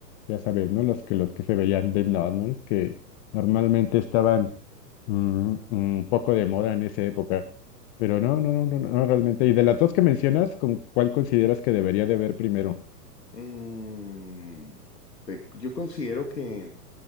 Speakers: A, on the left; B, on the left.
A: ya sabes, ¿no? Los que, los que se veían de no, ¿no? Los que normalmente estaban mm, un poco de moda en esa época. Pero no, no, no, no, no, realmente. Y de las dos que mencionas, ¿con cuál consideras que debería de ver primero?
B: Mm, te- yo considero que